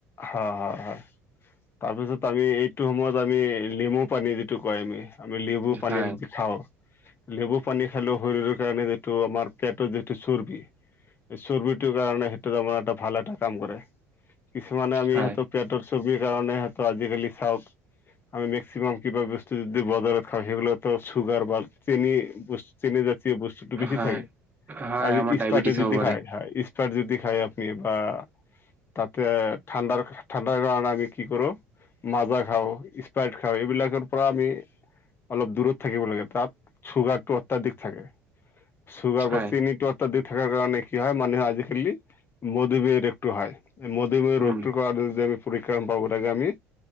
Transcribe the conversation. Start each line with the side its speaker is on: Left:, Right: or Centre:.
Left: হয়, হয়, হয়। তাৰপিছত আমি এইটো সময়ত আমি লেমু পানী যিটো কয় আমি আমি লিবু
Right: হয়।
Left: পানী দি খাওঁ। লেবু পানী খালেও শৰীৰৰ কাৰণে যিটো আমাৰ পেটত যিটো চৰ্বি এ চৰ্বিটোৰ কাৰণে সেইটো তাৰমানে এটা ভাল এটা কাম কৰে। কিছুমানে আমি
Right: হয়,
Left: সিহঁতক পেটৰ চৰ্বিৰ কাৰণে সেহেতক আজি-কালি চাওঁক আমি মেক্সিমাম কিবা বস্তু যদি বজাৰত খাওঁ সেইগুলাটো চুগাৰ বা চেনি বচ চেনি জাতীয় বস্তুটো বেছি
Right: হয়।
Left: থাকে।
Right: হয়,
Left: আজি
Right: আমাৰ
Left: ইছতাৰ্তাৰ
Right: ডায়বেটিছ
Left: যদি
Right: হ'ব পাৰে,
Left: খায় খায়, ইছ যদি খায় আপুনি বা তাতে ঠাণ্ডাৰ ঠাণ্ডাৰ কাৰণে আমি কি কৰো মাজা খাওঁ, স্প্ৰাইট খাওঁ। এইবিলাকৰ পৰা আমি অলপ দূৰত থাকিব লাগে। তাত চুগাৰটো অত্যাধিক থাকে। চুগাৰ
Right: হয়।
Left: বা চেনিটো অত্যাধিক থাকাৰ কাৰণে কি হয় মানে আজি-কালি মধুমেহ <unintelligible> টো হয়। মধুমেহ
Right: উম,
Left: ৰোগটোৰ কাৰণে যদি আমি পৰিত্ৰাণ পাব লাগে আমি